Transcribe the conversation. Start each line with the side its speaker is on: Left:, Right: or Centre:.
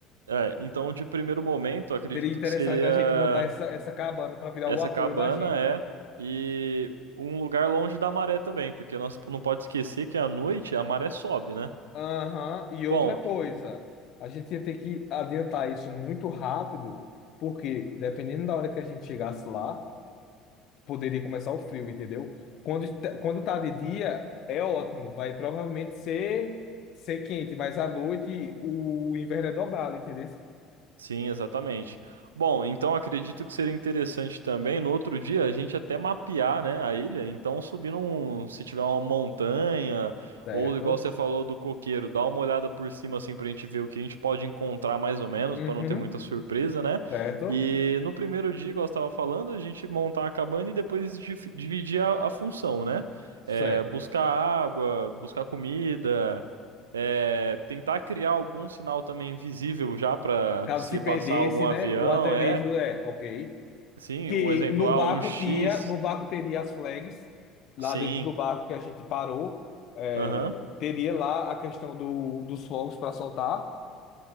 Right: é, então de primeiro momento, acredito
Left: Seria interessante
Right: que seria
Left: a gente montar essa, essa cabana para virar
Right: essa
Left: o apoio
Right: cabana
Left: da gente.
Right: é e um lugar longe da maré também, porque nós não pode esquecer que à noite a maré sobe, né?
Left: Aham, E
Right: Bom,
Left: outra coisa, a gente ia ter que adiantar isso muito rápido, porque dependendo da hora que a gente chegasse lá, poderia começar o frio, entendeu? Quando, est- quando tá de dia, é ótimo, vai provavelmente ser, ser quente, mas à noite o inverno é dobrado, entendeu?
Right: Sim, exatamente. Bom, então acredito que seria interessante também no outro dia a gente até mapear, né, a ilha. Então, subir um, se tiver uma montanha
Left: Certo?
Right: ou igual você falou do coqueiro, dar uma olhada por cima assim pra gente ver o que a gente pode encontrar mais ou menos,
Left: Uhum,
Right: para não ter muita surpresa, né?
Left: certo?
Right: E no primeiro dia, igual você estava falando, a gente montar a cabana e depois dif- dividir a, a função, né?
Left: Certo.
Right: É, buscar água, buscar comida. É, tentar criar algum sinal também visível já para
Left: Caso
Right: se
Left: se perdesse,
Right: passar algum avião,
Left: né? Ou até
Right: é.
Left: mesmo, é, ok.
Right: Sim,
Left: que
Right: um exemplo
Left: no
Right: lá,
Left: barco
Right: um X.
Left: tinha, no barco teria as flags, lá
Right: Sim,
Left: dentro do barco que a gente parou, é,
Right: aham,
Left: teria lá a questão do, dos fogos para soltar,